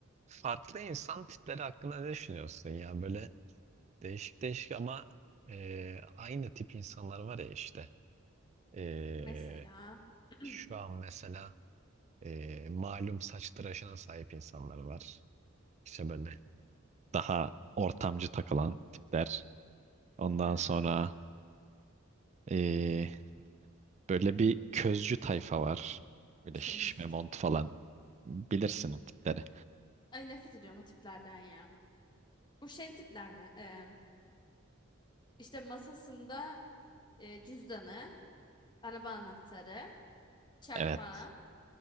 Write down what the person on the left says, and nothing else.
Mesela <clears throat>
haha,
Közcü
tayfa.
Ay nefret ediyorum o tiplerden ya. Bu şey tipler mi? Ee, işte masasında e, cüzdanı, araba anahtarı, çakmağı